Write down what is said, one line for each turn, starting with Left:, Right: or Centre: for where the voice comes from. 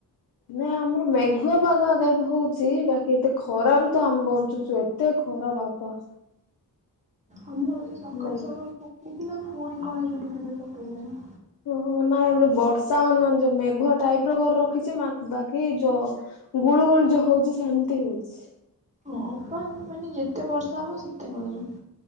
Left: ନାଇଁ ଆମର ମେଘୁଆ ପାଗ ଆଗ ହୋଉଚି ବାକି ଏତେ ଖରାରୁ ତ ଆମେ ବଞ୍ଚୁଛୁ ଏ ତେ ଖୋରା ବାପା।
Right: ଅମର ଏଇ ସକାଳୁ
Left: ନାଇଁ
Right: ସକାଳୁ ପକେଇଥିଲା ଫୁଣି କଣ ଏବେ ଟିକେ ଟିକେ ପକେଇଲାଣି।
Left: ଓହୋ ନାାଇଁ ଏ ବର୍ଷା ମାନେ ଯୋଉ ମେଘୁଆ ଟାଇପ୍ ର କରି ରଖିଚି ବାକି ଯ ଗୁଳୁ ଗୁଳି ଯୋଉ ହୋଉଚି ସେମିତି ହୋଉଚି।
Right: ହଁ ପା ମାନେ ଯେତେ ବର୍ଷା ହବ ସେତେ ଗରମ୍